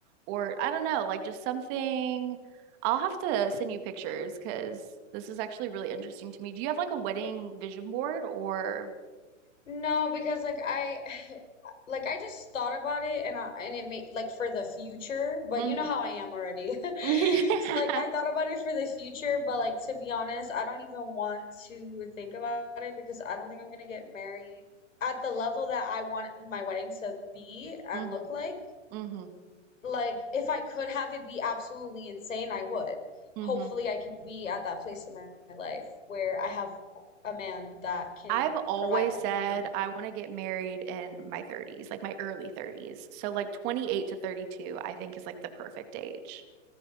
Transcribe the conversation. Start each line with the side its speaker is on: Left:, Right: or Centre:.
Right: or I don't know, like just something. I'll have to send you pictures because this is actually really interesting to me. Do you have like a wedding vision board or?
Left: No, because like I <sighs> like I just thought about it and I, and it made like for the future, but
Right: hmm
Left: you know how I am already. <laughs>
Right: <laughs>
Left: So like I thought
Right: Yeah.
Left: about it for the future, but like to be honest, I don't even want to think about it because I don't think I'm gonna get married at the level that I want my wedding to be and
Right: hmm
Left: look like.
Right: hmm
Left: Like if I could have it be absolutely insane, I would.
Right: hmm
Left: Hopefully I can be at that place in my life where I have a man that can
Right: I've always
Left: provide that
Right: said
Left: for me.
Right: I want to get married in my 30s, like my early 30s. So like 28 to 32, I think is like the perfect age.